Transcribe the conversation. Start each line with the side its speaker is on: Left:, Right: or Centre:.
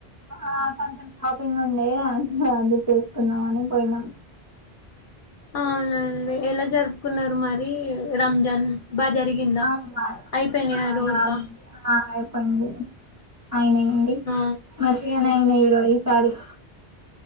Right: ఆ కొంచెం షాపింగ్ ఉండే అందుకే అది చేసుకుందాం అని పోయినా
Left: అవునా అండి ఎలా జరుపుకున్నారు మరి రంజాన్ బాగా జరిగిందా
Right: ఆ
Left: అయిపోయినాయా రోజా
Right: బాగుంది. ఆ అయిపో పోయింది. అయినయండి
Left: ఆ
Right: మంచిగనే అయినై ఈరో ఈసారి <inaudible>